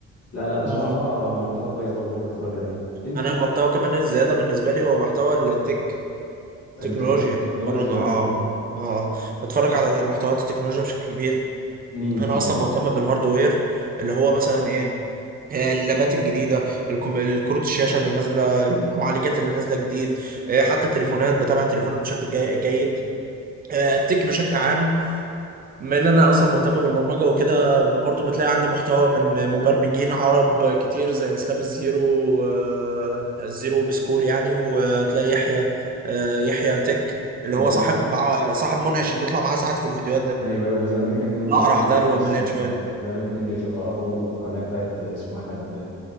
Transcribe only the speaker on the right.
مم.
انا المحتوى كمان الزياده بالنسبه لي هو محتوى التك
تكنولوجيا
بتفرج اه اه آه. بتفرج على محتويات التكنولوجيا بشكل كبير
انا اصلا
مهتم بالهاردوير اللي هو مثلا ايه آه، اللابات الجديده الكم- الكروت الشاشه اللي نازله المعالجات اللي نازله جديد آه، حتى التليفونات بتابع التليفونات بشكل جي- جيد آه، التك بشكل عام بما ان انا اصلا مهتم بالبرمجه وكده برضو بتلاقي عندي محتوى من مبرمجين عرب كتير زي اسلام الزيرو آه، الزيرو بسكول يعني وتلاقي يحيى آه، يحيى تك اللي
هو صاحب صاحب منعش اللي بيطلع معاه ساعات في الفيديوهات ده
الاقرع
ده
اللي
مليان شويه